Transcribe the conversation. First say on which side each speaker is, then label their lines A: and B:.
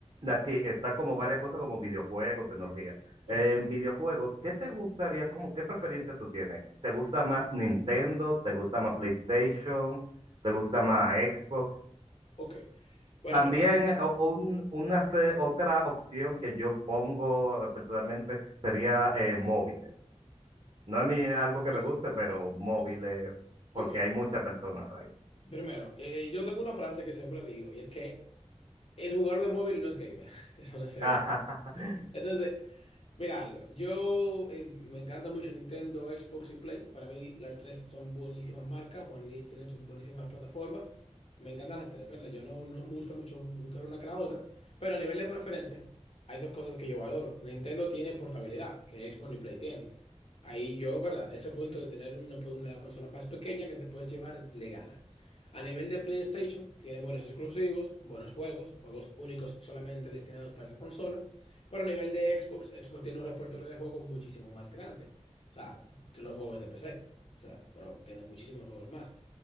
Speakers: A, on the right; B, on the left.
A: de aquí está como varias cosas como videojuegos, tecnología.
B: Ok,
A: En videojuegos, ¿qué te gustaría, como qué preferencia tú tienes? ¿Te gusta más Nintendo? ¿Te gusta más PlayStation? ¿Te gusta más Xbox?
B: ok. Bueno,
A: También
B: mira,
A: eh, o- o un- una se- otra opción que yo pongo eh, personalmente sería eh, móviles. No es mi- algo que
B: ok,
A: me guste, pero
B: ok,
A: móviles,
B: ok,
A: porque
B: ok,
A: hay
B: mira.
A: muchas personas ahí.
B: Primero, eh, yo tengo una frase que siempre digo y es que el jugador de móvil no es gamer. <laughs> Eso no es gamer.
A: <laughs>
B: Entonces, Mira algo, yo eh, me encanta mucho Nintendo, Xbox y Play. Para mí las tres son buenísimas marcas, buenis- tienen sus buenísimas plataformas. Me encantan las tres, ¿verdad? Yo no, no me gusta mucho buscar una que la otra, pero a nivel de preferencia hay dos cosas que yo valoro. Nintendo tiene portabilidad, que Xbox y Play tienen. Ahí yo, ¿verdad? Ese punto de tener una, pues, una consola más pequeña que te puedes llevar le gana. A nivel de PlayStation, tiene buenos exclusivos, buenos juegos, juegos únicos solamente destinados para esa consola. Pero a nivel de Xbox, Xbox tiene un repertorio de juegos muchísimo más grande. O sea, los juegos de PC. O sea, pero tiene muchísimos juegos más.